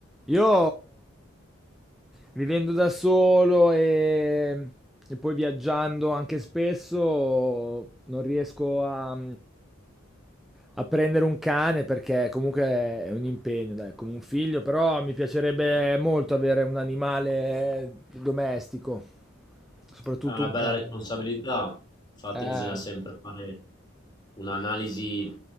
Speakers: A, in the centre; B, on the left.
A: Io vivendo da solo e, e poi viaggiando anche spesso non riesco a, a prendere un cane perché comunque è un impegno, dai, è come un figlio, però mi piacerebbe molto avere un animale domestico, soprattutto
B: È una
A: un
B: bella
A: cane.
B: responsabilità, infatti
A: Eh,
B: bisogna sempre fare un'analisi